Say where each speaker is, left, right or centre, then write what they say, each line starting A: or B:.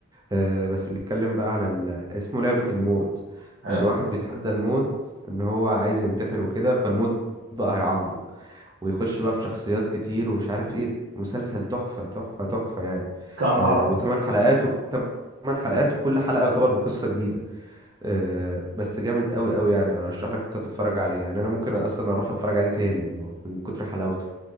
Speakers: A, on the right (about 20°); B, on the right (about 50°).
A: آه، بس بيتكلم بقى عن ال... اسمه لعبة الموت
B: حلو
A: ان الواحد بيتحدى الموت ان هو عايز ينتحر وكده فالموت بقى هيعاقبه ويخش بقى في شخصيات كتير ومش عارف ايه مسلسل تحفة تحفة تحفة يعني
B: كام حلقة
A: آه وثمان حلقاته ثمان حلقات وكل حلقة يعتبر بقصة جديدة آه بس جامد قوي قوي يعني انا ارشح لك انت تتفرج عليه يعني انا ممكن اصلا اروح اتفرج عليه تاني من كتر حلاوته